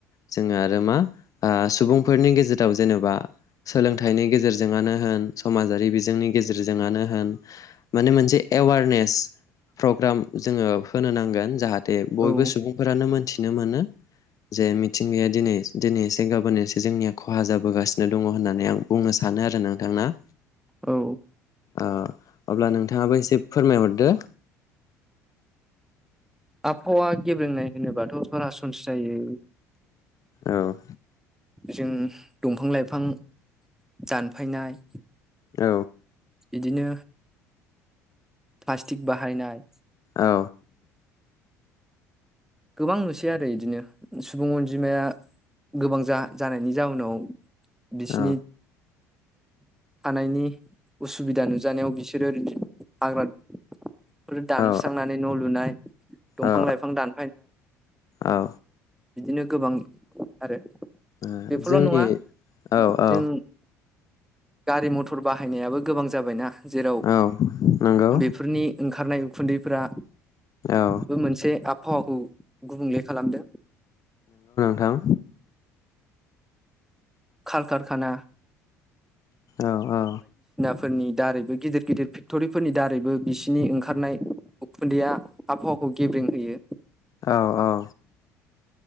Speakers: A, on the left; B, in the centre.
A: जोङो आरो मा ओ सुबुंफोरनि गेजेराव जेन'बा सोलोंथाइनि गेजेरजोङानो होन समाजारि बिजोंनि गेजेरजोङानो होन माने मोनसे एवारनेस प्रग्राम जोङो होनो नांगोन जाहा ते बयबो
B: औ
A: सुबुंफोरानो मोनथि थिनो मोनो जे मिथिंगाया दिनै दिनै एसे गाबोन एसे जोंनिया खहा जाबोगासिनो दङ' होननानै आं बुंनो सानो आरो नोंथां ना।
B: औ।
A: ओ अब्ला नोंथाङाबो एसे फोरमायहरदो।
B: आबहावा गेब्रेंनाय होनोबाथ' सरासनस्रायै
A: औ।
B: जों दंफां लाइफां दानफायनाय
A: औ।
B: बिदिनो प्लास्टिक बाहायनाय
A: औ।
B: गोबां नुसै आरो इदिनो सुबुं अनजिमाया गोबां जा-जानायनि जाउनाव। बिसिनि
A: औ
B: थानायनि उसुबिदा नुजानायाव बिसोरो हाग्रा फोर दानस्रांनानै
A: औ
B: न' लुनाय दंफां
A: औ
B: लाइफां दान
A: औ।
B: बिदिनो गोबां आरो
A: आ
B: बेफोरल'
A: जोंनि
B: नङा
A: औ औ।
B: जों गारि मथर बाहायनायाबो गोबां जा बाय ना जेराव
A: औ नंगौ
B: बेफोरनि ओंखारनाय उखुन्दैफोरा
A: औ
B: बे मोनसे आबहावाखौ गुबुंले खालामदों।
A: थां।
B: खार खारखाना
A: औ औ।
B: फोरनि दारैबो गिदिर गिदिर फेक्ट'रिफोरनि दारैबो बिसिनि ओंखारनाय उखुन्दैया आबहावाखौ गेब्रेंं होयो।
A: औ औ।